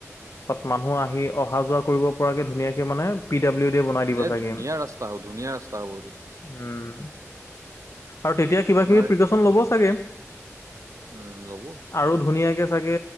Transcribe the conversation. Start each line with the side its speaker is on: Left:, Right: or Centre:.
Left: তাত মানুহ আহি অহা যোৱা কৰিব পৰাকে ধুনীয়াকে মানে পি। ডাব্লিউ ডি বনাই দিব
Right: দে
Left: চাগে।
Right: ধুনীয়া ৰাস্তা হ'ব ধুনীয়া ৰাস্তা হ'ব এইটো।
Left: উম আৰু তেতিয়া কিবা
Right: তোমাৰ
Left: কিবি প্ৰিকচন ল'ব চাগে
Right: উম ল'বো।
Left: আৰু ধুনীয়াকে চাগে